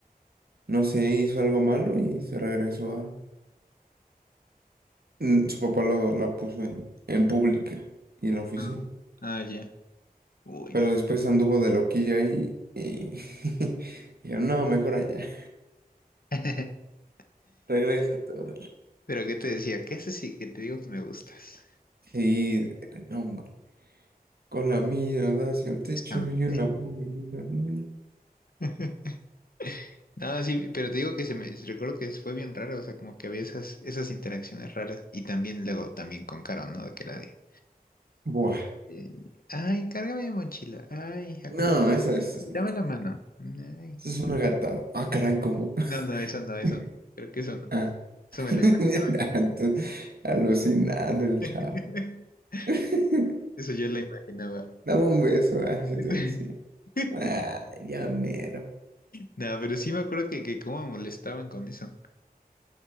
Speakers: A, on the right; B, on the left.
A: no sé, hizo algo malo y se regresó a... Mm, Su papá lo, la puso en, en pública y en la oficina.
B: Ah, ah, ya. Uy,
A: Pero
B: no.
A: después anduvo de loquilla ahí y <laughs> dijeron, no, mejor allá,
B: <laughs>
A: <laughs> regrésate, órale.
B: Pero ¿qué te decía? ¿Qué haces si que te digo que me gustas?
A: Sí, no, hombre. Con la mirada hacia el techo
B: Am-
A: y una movida nula.
B: <laughs> No, sí, pero te digo que se me recuerdo que fue bien raro, o sea, como que había esas, esas interacciones raras. Y también luego también con Caro, ¿no? De que la de
A: Buah.
B: eh, ay, cárgame mi mochila, ay, acom-
A: No, esa, esa, es
B: dame la mano. Ay.
A: esa es una gatada. Ah, caray, ¿cómo? <laughs>
B: No, no, eso no, eso no. Creo que eso no.
A: Ah,
B: Eso me
A: <laughs>
B: lo imaginaba yo.
A: entonces, alucinando el
B: <laughs>
A: chavo. <laughs>
B: Eso yo lo imaginaba.
A: Dame un beso, así
B: <laughs>
A: te decía. Ah, ya mero.
B: No, pero sí me acuerdo que, que cómo me molestaban con eso.